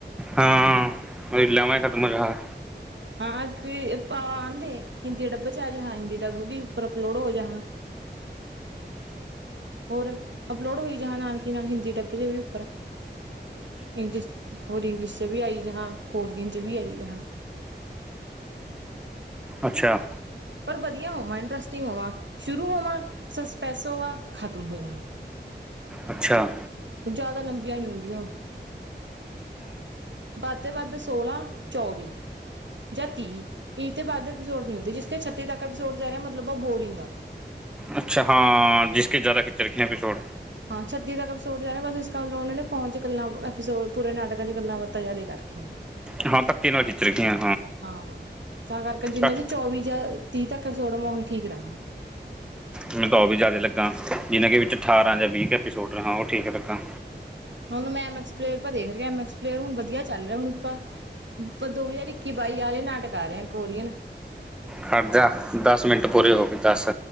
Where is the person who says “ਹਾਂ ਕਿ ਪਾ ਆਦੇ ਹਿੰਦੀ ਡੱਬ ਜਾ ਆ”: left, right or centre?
Right